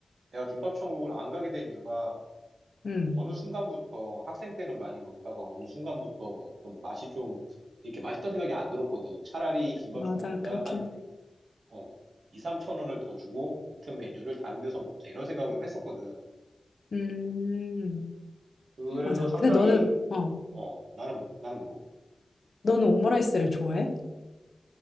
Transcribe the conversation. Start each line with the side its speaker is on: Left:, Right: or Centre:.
Right: 내가 김밥 천국을 안 가게 된 이유가,
Left: 응,
Right: 어느 순간부터 학생 때는 많이 먹다가 어느 순간부터 좀 맛이 좀 이렇게 맛있다는 생각이 안 들었거든. 차라리 김밥
Left: 맞아.
Right: 천국보다
Left: 그렇긴
Right: 한
Left: 해.
Right: 어, 2, 3천 원을 더 주고 같은 메뉴를 다른 데서 먹자 이런 생각을 좀 했었거든.
Left: 음,
Right: 그래서
Left: 맞아.
Right: 상당히
Left: 근데 너는 어,
Right: 어 나는 뭐- 나는 뭐
Left: 너는 오므라이스를 좋아해?